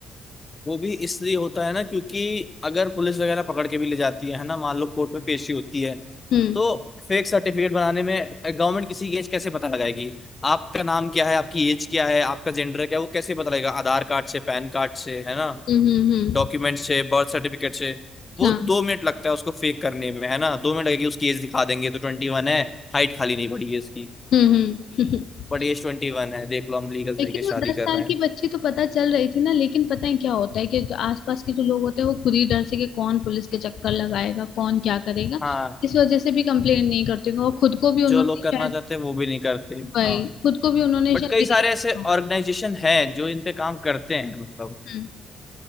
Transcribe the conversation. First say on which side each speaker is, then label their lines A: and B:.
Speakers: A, on the left; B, on the left.
A: वो भी इसलिए होता है ना क्योंकि अगर पुलिस वगैरह पकड़ के भी ले जाती है है ना मान लो कोर्ट में पेशी होती है
B: हम्म
A: तो फेक सर्टिफिकेट बनाने में गवर्नमेंट किसी की एज कैसे पता लगाएगी आपका नाम क्या है आपकी एज क्या है आपका जेंडर क्या है वो कैसे पता लगेगा आधार कार्ड से पैन कार्ड से है ना
B: हम्म हम्म हम्म
A: डॉक्यूमेंट से बर्थ सर्टिफिकेट से वो
B: हाँ
A: दो मिनट लगता है उसको फेक करने में है ना दो मिनट लगेगी उसकी एज दिखा देंगे तो ट्वेंटी वन है हाइट खाली नहीं पड़ी है इसकी
B: हम्म हम्म <laughs>
A: बट एज ट्वेंटी वन है देख लो हम लीगल
B: लेकिन
A: तरीके से
B: वो
A: शादी
B: दस साल
A: कर रहे हैं
B: की बच्ची तो पता चल रही थी ना लेकिन पता है क्या होता है कि जो आसपास के जो लोग होते हैं वो खुद ही डर से कि कौन पुलिस के चक्कर लगाएगा कौन क्या करेगा
A: हाँ
B: इस वजह से भी कंप्लेन नहीं करते होंगे और खुद को भी उन्होंने
A: जो लोग करना
B: शायद
A: चाहते हैं वो भी नहीं करते
B: भाई
A: हाँ
B: खुद को भी उन्होंने
A: बट
B: शायद
A: कई
B: यही
A: सारे
B: कहा
A: ऐसे
B: होगा।
A: ऑर्गेनाइजेशन हैं जो इन पे काम करते हैं मतलब
B: हम्म